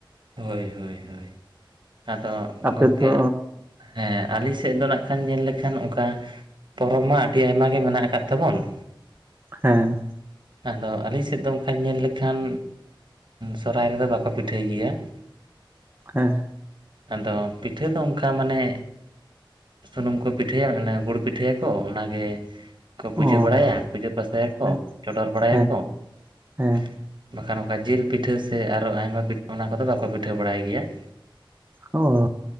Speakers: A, on the right; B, on the right.
A: ᱦᱳᱭ ᱦᱳᱭ ᱦᱳᱭ ᱟᱫᱚ
B: ᱟᱯᱮ
A: ᱜᱚᱢᱠᱮ
B: ᱫᱚ
A: ᱦᱮᱸ ᱟᱹᱞᱤᱧ ᱥᱮᱫ ᱫᱚ ᱦᱚᱸ ᱱᱟᱜ ᱧᱮᱞ ᱞᱮᱠᱷᱟᱱ ᱚᱱᱠᱟ ᱯᱚᱨᱚᱵᱽ ᱢᱟ ᱟᱹᱰᱤ ᱟᱭᱢᱟ ᱜᱮ ᱢᱮᱱᱟᱜ ᱟᱠᱟᱫ ᱛᱟᱵᱚᱱ ᱾
B: ᱦᱮᱸ ᱾
A: ᱟᱫᱚ ᱟᱹᱞᱤᱧ ᱥᱮᱫ ᱫᱚ ᱚᱱᱠᱟ ᱧᱮᱞ ᱞᱮᱠᱷᱟᱱ ᱥᱚᱦᱚᱨᱟᱭ ᱨᱮᱫᱚ ᱵᱟᱠᱚ ᱯᱤᱴᱷᱟᱹᱭ ᱜᱮᱭᱟ ᱾
B: ᱦᱮᱸ ᱾
A: ᱟᱫᱚ ᱯᱤᱴᱷᱟᱹ ᱚᱝᱠᱟ ᱢᱟᱱᱮ ᱥᱩᱱᱩᱢ ᱠᱚ ᱯᱤᱴᱷᱟᱹᱭᱟ ᱟᱱᱮ ᱜᱩᱲ ᱯᱤᱴᱷᱟᱹᱭ ᱟᱠᱚ ᱚᱱᱟᱜᱮ ᱠᱚ ᱯᱩᱡᱟᱹ
B: ᱚ
A: ᱵᱟᱲᱟᱭᱟ ᱯᱩᱡᱟᱹ ᱯᱟᱥᱟᱭ ᱟᱠᱚ
B: ᱦᱮᱸ
A: ᱪᱚᱰᱚᱨ ᱵᱟᱲᱟᱭ
B: ᱦᱮᱸ
A: ᱟᱠᱚ ᱾
B: ᱦᱮᱸ
A: ᱵᱟᱠᱷᱟᱱ ᱚᱱᱠᱟ ᱡᱮᱞ ᱯᱤᱴᱷᱟᱹ ᱥᱮ ᱟᱨᱚ ᱟᱭᱢᱟ ᱯᱤᱴᱷᱟᱹ ᱚᱱᱟ ᱠᱚᱫᱚ ᱵᱟᱠᱚ ᱯᱤᱴᱷᱟᱹ ᱵᱟᱲᱟᱭ ᱜᱮᱭᱟ ᱾
B: ᱦᱚ ᱾